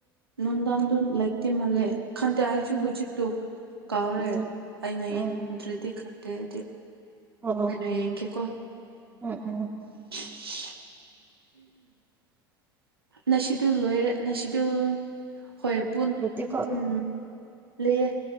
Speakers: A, on the right; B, on the right.
A: ꯅꯨꯡꯗꯥꯡꯗꯨ ꯂꯩꯇꯦ ꯃꯥꯜꯂꯦ ꯈꯟꯗꯦ ꯑꯩꯁꯨ
B: ꯎꯝ
A: ꯍꯧꯖꯤꯛꯇꯨ ꯀꯥꯎꯔꯦ
B: ꯎꯝ
A: ꯑꯩꯅ
B: ꯎꯝ
A: ꯌꯦꯡꯗ꯭ꯔꯗꯤ ꯈꯠꯇꯦ ꯍꯥꯏꯗꯤ
B: ꯑꯣ
A: ꯑꯩꯅ ꯌꯦꯡꯒꯦꯀꯣ
B: ꯎꯝ ꯎꯝ
A: <inaudible> ꯅꯁꯤꯗꯨ ꯂꯣꯏꯔꯦ ꯅꯁꯤꯗꯨ ꯍꯣꯏ ꯄꯨꯟ
B: ꯂꯩꯇꯦꯀꯣ
A: ꯎꯝ ꯂꯩꯌꯦ